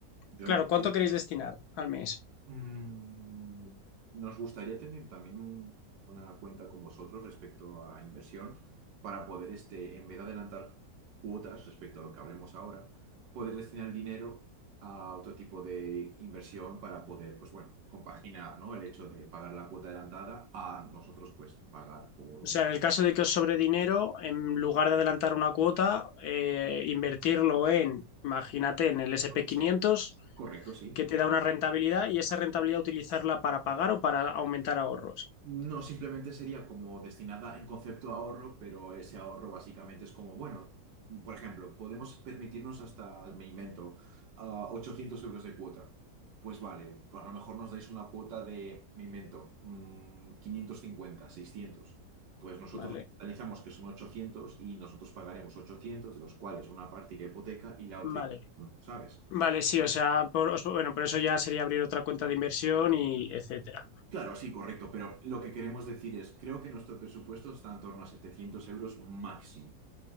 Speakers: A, on the right (about 85°); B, on the left (about 70°).
A: Yo
B: Claro,
A: en cambio,
B: ¿cuánto queréis destinar al mes?
A: Mm, nos gustaría tener también un- una cuenta con vosotros respecto a inversión para poder, este, en vez de adelantar cuotas respecto a lo que hablemos ahora, poder destinar el dinero a otro tipo de inversión para poder, pues bueno, compaginar, ¿no? El hecho de pagar la cuota adelantada a nosotros, pues, pagar por un...
B: O sea, en el caso de que os sobre dinero, en lugar de adelantar una cuota, eh, invertirlo en, imagínate, en el sp
A: Lo que sea.
B: quinientos
A: Correcto, sí.
B: que te da una rentabilidad y esa rentabilidad utilizarla para pagar o para aumentar ahorros.
A: No, simplemente sería como destinada en concepto a ahorro, pero ese ahorro básicamente es como, bueno, por ejemplo, podemos permitirnos hasta, me invento, ah, 800 euros de cuota. Pues vale, pues a lo mejor nos dais una cuota de, me invento, mm, quinientos cincuenta seiscientos Pues nosotros
B: Vale,
A: realizamos que son 800 y nosotros pagaremos ochocientos de los cuales una parte irá a hipoteca y la
B: vale.
A: otra, no, ¿sabes?
B: Vale, sí, o sea, por, os- bueno, por eso ya sería abrir otra cuenta de inversión y etcétera.
A: Claro, sí, correcto, pero lo que queremos decir es, creo que nuestro presupuesto está en torno a 700 euros máximo.